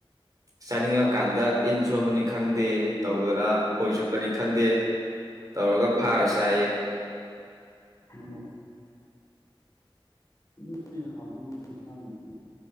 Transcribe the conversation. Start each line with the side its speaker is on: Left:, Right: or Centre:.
Right: ꯆꯥꯅꯤꯡꯉꯀꯥꯟꯗ ꯏꯟ ꯁꯣꯟꯕꯅꯤ ꯈꯪꯗꯦ ꯇꯧꯗꯅ ꯈꯣꯏ ꯆꯨꯞꯄꯅꯤ ꯈꯪꯗꯦ꯫ ꯇꯧꯔꯒ ꯐꯥꯔ ꯆꯥꯏꯌꯦ꯫
Left: ꯎꯝ ꯑꯗꯨꯅꯦ ꯍꯥꯎꯗꯣꯏꯅꯦ ꯏꯪꯁꯥꯡꯒꯤꯗꯤ꯫